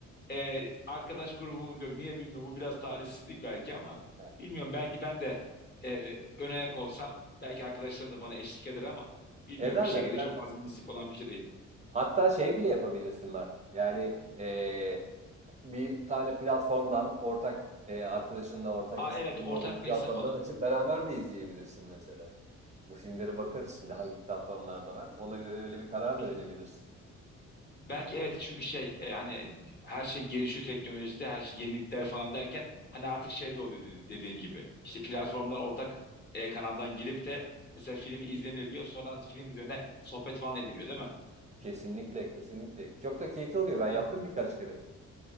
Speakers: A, on the left (about 35°); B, on the right (about 25°).
A: E, arkadaş grubumuz yok. Niye bilmiyorum. Bu biraz talihsizlik belki ama
B: Heh.
A: bilmiyorum. Belki ben de e, ön ayak olsam belki arkadaşlarım da bana eşlik eder ama bilmiyorum.
B: Ederler
A: Bir şekilde
B: ederler.
A: çok fazla nasip olan bir şey değil.
B: Hatta şey bile yapabilirsin Mert. Yani e, bir tane platformdan ortak e, arkadaşınla ortak
A: Aa
B: hesabında
A: evet ortak
B: olduğu platformdan
A: bir hesap alıp
B: açıp beraber de izleyebilirsin mesela. Bu filmlere bakarız şimdi hangi platformlarda var. Ona göre öyle bir karar
A: <laughs>
B: da verebilirsin.
A: Belki evet çünkü şey e, hani her şey gelişiyor teknolojide her şey yenilikler falan derken hani artık şey de oluyor dedi- dediğin gibi. İşte platformdan ortak e, kanaldan girip de mesela film izleniliyor sonra film üzerine sohbet falan ediliyor değil mi?
B: Kesinlikle kesinlikle. Çok da keyifli oluyor. Ben
A: O
B: yaptım birkaç kere.